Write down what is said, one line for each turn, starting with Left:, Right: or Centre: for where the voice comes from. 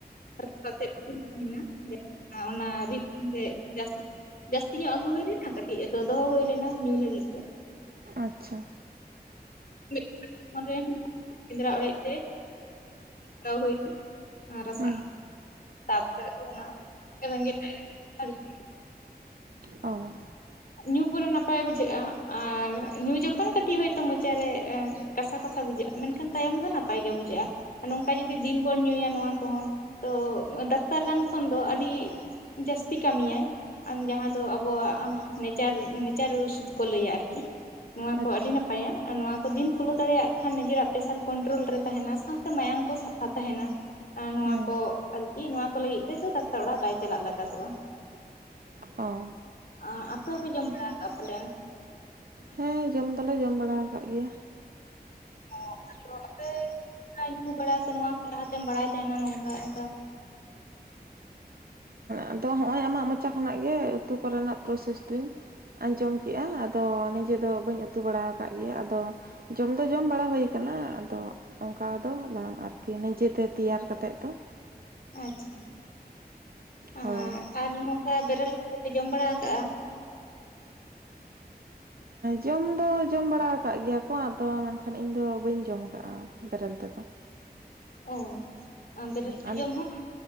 Left: ᱟᱨ ᱚᱱᱠᱟ ᱠᱟᱛᱮᱫ ᱦᱩᱭᱮᱱᱟ ᱚᱱᱟ ᱨᱤᱫ ᱜᱮ ᱡᱟᱥᱛᱤ ᱡᱟᱹᱥᱛᱤ ᱧᱚᱜ ᱟᱹᱜᱩ ᱦᱩᱭ ᱞᱮᱱᱟ ᱠᱟᱹᱴᱤᱡ ᱟᱫᱚ ᱫᱚᱦᱚ ᱦᱩᱭ ᱞᱮᱱᱟ᱾ ᱧᱩ ᱞᱟᱹᱜᱤᱫ ᱛᱮ <inaudible>
Right: ᱟᱪᱪᱷᱟ
Left: <unintelligible> ᱨᱮ ᱥᱮᱸᱫᱽᱨᱟ ᱚᱲᱮᱡ ᱛᱮ <unintelligible> ᱟᱨ ᱨᱟᱥᱟᱜᱼᱟ
Right: ᱦᱮᱸ
Left: ᱛᱟᱯᱚᱨᱮ ᱫᱚ ᱚᱱᱟ ᱨᱮᱜᱮᱡ ᱞᱟᱡ ᱨᱮ ᱟᱨᱠᱤ
Right: ᱚ
Left: ᱧᱩ ᱯᱩᱨᱮ ᱱᱟᱯᱟᱭ ᱵᱩᱡᱷᱟᱹᱜᱼᱟ, ᱟᱨ ᱧᱩ ᱡᱚᱠᱷᱚᱱ ᱠᱟᱹᱴᱤᱡ ᱦᱳᱭᱛᱳ ᱢᱚᱪᱟᱨᱮ, ᱠᱟᱥᱟ ᱠᱟᱥᱟ ᱵᱩᱡᱷᱟᱹᱜᱼᱟ, ᱢᱮᱱᱠᱷᱟᱱ ᱛᱟᱭᱚᱢ ᱫᱚ ᱱᱟᱯᱟᱭ ᱜᱮ ᱵᱩᱡᱷᱟᱹᱜᱼᱟ, ᱱᱚᱝᱠᱟ ᱡᱩᱫᱤ ᱫᱤᱱ ᱵᱚᱱ ᱧᱩᱭᱟ ᱱᱚᱣᱟ ᱠᱚᱦᱚᱸ ᱾ ᱛᱚ ᱫᱟᱠᱛᱟᱨ ᱨᱟᱱ ᱠᱷᱚᱱ ᱫᱚ, ᱟᱹᱰᱤ ᱡᱟᱹᱥᱛᱤ ᱠᱟᱹᱢᱤᱭᱟᱭ ᱟᱨ ᱡᱟᱦᱟᱸ ᱫᱚ ᱟᱵᱚᱣᱟᱜ ᱱᱮᱪᱟᱨ ᱱᱮᱪᱟᱨ ᱥᱩᱫ ᱠᱚ ᱞᱟᱹᱭ ᱟ ᱟᱨᱠᱤ, ᱱᱚᱣᱟ
Right: ᱟᱪᱪᱷᱟ
Left: ᱠᱚ ᱟᱹᱰᱤ ᱱᱟᱯᱟᱭᱟ ᱟᱨ ᱱᱚᱣᱟ ᱠᱚ ᱾ ᱫᱤᱱ ᱯᱷᱚᱞᱳ ᱫᱟᱲᱮᱭᱟᱜ ᱠᱷᱟᱱ ᱱᱤᱡᱮᱨᱟᱜ ᱯᱮᱥᱟᱨ ᱠᱚᱱᱴᱨᱳᱞ ᱨᱮ ᱛᱟᱦᱮᱱᱟ ᱥᱟᱶᱛᱮ ᱢᱟᱭᱟᱝ ᱠᱚ ᱥᱟᱯᱷᱟ ᱛᱟᱦᱮᱱᱟ ᱮ ᱱᱚᱣᱟ
Right: ᱦᱮᱸ
Left: ᱠᱚ ᱟᱨᱠᱤ ᱱᱚᱣᱟ ᱠᱚ ᱞᱟᱹᱜᱤᱫ ᱛᱮᱫᱚ ᱰᱟᱠᱛᱟᱨ ᱚᱲᱟᱜ ᱵᱟᱭ ᱪᱟᱞᱟᱜ ᱞᱟᱜᱟᱫᱚᱜᱼᱟ᱾
Right: ᱚᱦ
Left: ᱟᱻ ᱟᱯᱮ ᱦᱚᱸᱯᱮ ᱡᱚᱢ ᱵᱟᱲᱟ ᱠᱟᱜᱼᱟ ᱯᱟᱞᱮᱱ?
Right: ᱦᱮᱸ ᱡᱚᱢ ᱫᱚᱞᱮ ᱡᱚᱢ ᱵᱟᱲᱟ ᱟᱠᱟᱫ ᱜᱮᱭᱟ
Left: ᱚ ᱟᱫᱚ ᱟᱯᱮ ᱧᱩ ᱵᱟᱲᱟᱭ ᱥᱮ ᱱᱚᱣᱟ ᱠᱚ ᱞᱟᱦᱟᱛᱮᱢ ᱵᱟᱲᱟᱭ ᱛᱟᱦᱮᱱᱟ ᱱᱚᱝᱠᱟ ᱚᱱᱠᱟ
Right: ᱟᱫᱚ ᱦᱚᱸᱜᱼᱚᱭ ᱟᱢᱟᱜ ᱢᱚᱪᱟ ᱠᱷᱚᱱᱟᱜ ᱜᱮ ᱩᱛᱩ ᱠᱚᱨᱮᱱᱟᱜ ᱯᱨᱚᱥᱮᱥ ᱫᱚᱧ ᱟᱸᱡᱚᱢ ᱠᱮᱫᱮᱜᱼᱟ, ᱟᱫᱚ ᱱᱤᱡᱮ ᱫᱚ ᱵᱟᱹᱧ ᱩᱛᱩ ᱵᱟᱲᱟ ᱟᱠᱟᱫ ᱜᱮᱭᱟ, ᱟᱫᱚ ᱡᱚᱢ ᱫᱚ ᱡᱚᱢ ᱵᱟᱲᱟ ᱦᱩᱭᱩ ᱠᱟᱱᱟ ᱟᱫᱚ ᱚᱱᱠᱟ ᱫᱚ ᱵᱟᱝ ᱟᱨᱠᱤ ᱱᱤᱡᱮᱛᱮ ᱛᱮᱭᱟᱨ ᱠᱟᱛᱮᱫ ᱫᱚ
Left: ᱟᱪᱪᱷᱟ ᱟᱨ
Right: ᱦᱳᱭ
Left: ᱟᱨ ᱱᱚᱝᱠᱟ ᱵᱮᱨᱮᱞ ᱠᱚᱛᱮ ᱯᱮ ᱡᱚᱢ ᱵᱟᱲᱟ ᱟᱠᱟᱜᱼᱟ
Right: ᱡᱚᱢ ᱫᱚ ᱡᱚᱢ ᱵᱟᱲᱟ ᱟᱠᱟᱫ ᱜᱮᱭᱟ ᱠᱚ ᱟᱫᱚ ᱢᱮᱱᱠᱷᱟᱱ ᱤᱧᱫᱚ ᱵᱟᱹᱧ ᱡᱚᱢ ᱟᱠᱟᱜᱼᱟ ᱵᱮᱨᱮᱞ ᱛᱮᱫᱚ
Left: ᱚ ᱟᱨ ᱵᱮᱨᱮᱞ ᱥᱮᱫ
Right: ᱦᱮᱸ
Left: ᱡᱚᱢ ᱦᱚᱸ,